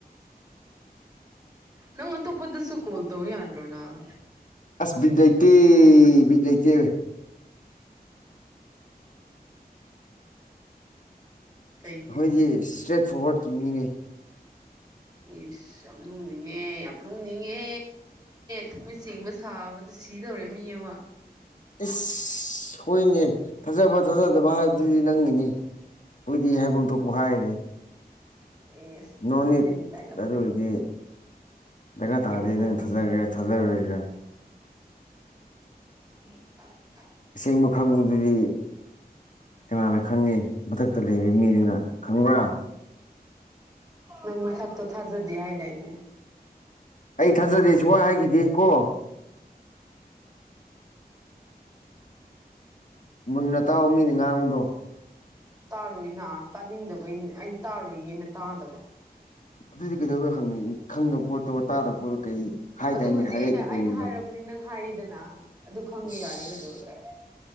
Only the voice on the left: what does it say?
ꯑꯁ ꯕꯤꯠ ꯂꯩꯇꯦ ꯕꯤꯠ ꯂꯩꯇꯦ
ꯑꯩꯈꯣꯏꯗꯤ ꯏꯁꯇ꯭ꯔꯦꯠ ꯐꯣꯔꯋꯥꯔꯀꯤ ꯃꯤꯅ‌ꯦ
ꯏꯁ ꯍꫭꯏꯅꯦ ꯊꯥꯖꯕ ꯊꯥꯖꯗꯕ ꯍꯥꯏꯕꯗꯨꯗꯤ ꯅꯪꯒꯤꯅꯤ ꯑꯩꯖꫭꯏꯗꯤ ꯍꯥꯏꯐꯝ ꯊꯣꯛꯄ ꯍꯥꯏꯔꯦ
ꯅꯣ ꯅꯤꯠ
ꯑꯗꯨꯒꯤꯗꯤ ꯗꯔꯀꯥꯔ ꯇꯥꯗ‌ꯦ
ꯅꯪ ꯊꯥꯖꯒ‌ꯦꯔꯥ
ꯊꯥꯖꯔꯣꯏꯒꯦꯔꯥ
ꯑꯁ‌ꯦꯡꯕ ꯈꯪꯕꯗꯨꯗꯤ ꯀꯅꯅ ꯈꯪꯉꯤ ꯃꯊꯛꯇ ꯂꯩꯕ ꯃꯤꯗꯨꯅ ꯈꯪꯕ꯭ꯔꯥ
ꯑꯩ ꯊꯥꯖꯗꯦ ꯁꯨꯡꯍꯥꯏ ꯍꯥꯏꯈꯤꯗꯦ ꯀꯣ ꯃꯨꯟꯅ ꯇꯥꯎ ꯃꯤꯅ ꯉꯥꯡꯕꯗꯣ
ꯑꯗꯨꯗꯤ ꯀꯩꯗꯧꯕꯩ ꯍꯪꯏ ꯈꯪꯗꯕ ꯄꯣꯠꯇꯣ ꯇꯥꯗꯕ ꯄꯣꯠꯇꯣ ꯀꯩ ꯍꯥꯏꯗꯥꯏꯅꯦ
ꯍꯥꯏꯔꯛꯏꯗꯣ
ꯀꯩꯒꯤꯅꯣ
ꯏꯁ